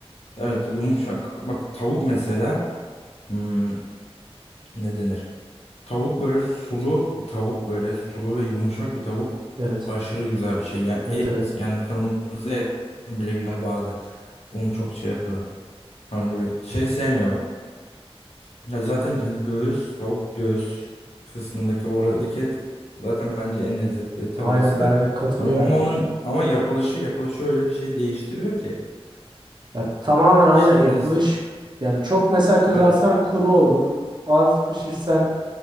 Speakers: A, on the left; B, on the right.
A: Evet yumuşak. Bak tavuk mesela hmm, ne denir? Tavuk böyle sulu bir tavuk böyle sulu ve yumuşak bir tavuk
B: Evet.
A: aşırı güzel bir şey. Yani
B: Evet
A: et
B: evet.
A: yani kırmızı et bile güzel bazen. Onu çok şey yapıyorum. Hani böyle şey sevmiyorum. Ya zaten yani göğüs tavuk göğüs kısmındaki oradaki et zaten bence en lezzetli eti
B: Aynen
A: orası
B: ben
A: da.
B: de katılıyorum
A: Hani ama
B: ya.
A: onun ama yapılışı yapılışı öyle bir şey değiştiriyor ki.
B: Ya tamamen aynen
A: İşte
B: yapılış.
A: nasıl?
B: Yani çok mesela kızarsan
A: Evet.
B: kuru olur. Az pişirsen